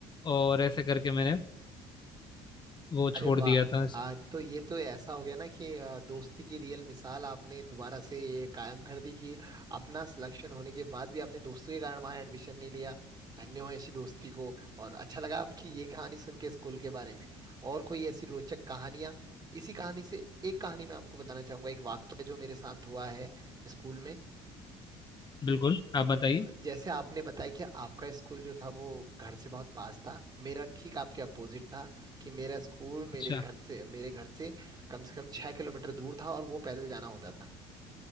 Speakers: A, on the left; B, on the right.
A: और ऐसे करके मैंने वो
B: अरे
A: छोड़
B: वाह
A: दिया था
B: आज तो ये तो ऐसा हो गया ना कि अ, दोस्ती की रियल मिसाल आपने दोबारा से ये कायम कर दी कि अपना सिलेक्शन होने के बाद भी आपने दोस्तों के कारण वहाँ एडमिशन नहीं लिया धन्य हो ऐसी दोस्ती को और अच्छा लगा आपकी ये कहानी सुन के स्कूल के बारे में और कोई ऐसी रोचक कहानियाँ इसी कहानी से एक कहानी मैं आपको बताना चाहूंगा एक वाक्य जो मेरे साथ हुआ है स्कूल में
A: बिल्कुल आप
B: म,
A: बताइए
B: जैसे आपने बताया कि आपका स्कूल जो था वो घर से बहुत पास था मेरा ठीक आपके अपोजिट था कि मेरा स्कूल मेरे
A: अच्छा
B: घर से मेरे घर से कम से कम छह किलोमीटर दूर था और वो पैदल जाना होता था